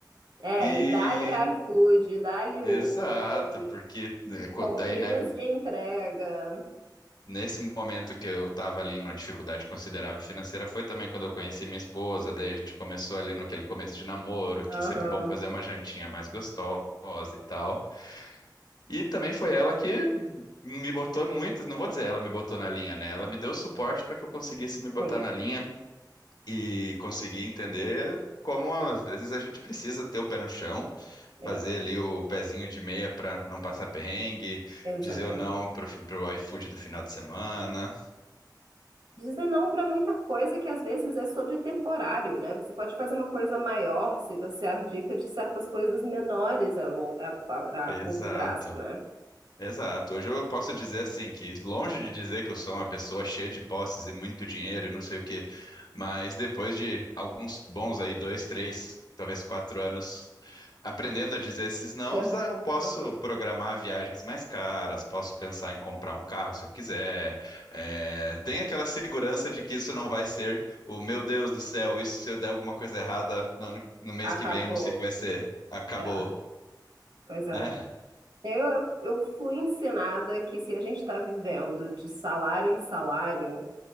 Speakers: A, on the right; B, on the left.
A: É,
B: E
A: e E dá-lhe iFood, dá-lhe
B: exato,
A: Uber, e
B: porque eh, co-
A: comprinhas
B: daí, né,
A: de entrega.
B: nesse momento que eu tava ali em uma dificuldade considerável financeira, foi também quando eu conheci minha esposa, daí a gente começou ali no aquele começo de namoro, que
A: Aham,
B: é sempre bom fazer uma jantinha mais gostosa e tal. E também foi ela que me botou muito, não vou dizer ela me botou na linha, né? Ela me deu suporte para que eu conseguisse me botar
A: sim.
B: na linha e conseguir entender como às vezes a gente precisa ter o pé no chão,
A: É,
B: fazer ali o pezinho de meia para não passar perrengue,
A: exatamente.
B: dizer ou não pro, fi- pro iFood do final de semana.
A: Dizer não para muita coisa que às vezes é sobre temporário, né? Você pode fazer uma coisa maior se você abdica de certas coisas menores a, long, a, a-
B: Exato.
A: a curto prazo, né?
B: Exato. Hoje eu posso dizer assim que longe de dizer que eu sou uma pessoa cheia de posses e muito dinheiro e não sei o quê, mas depois de alguns bons aí dois, três, talvez quatro anos aprendendo a dizer esses nãos,
A: É.
B: ah, eu posso
A: Uhum.
B: programar viagens mais caras, posso pensar em comprar um carro se eu quiser. É, tem aquela segurança de que isso não vai ser o meu Deus do céu, isso se eu der alguma coisa errada no, ano- no mês
A: Acabou.
B: que vem, eu não sei o que vai ser. Acabou,
A: É, pois é.
B: né?
A: Eu, eu, eu fui ensinada que se a gente está vivendo de salário em salário,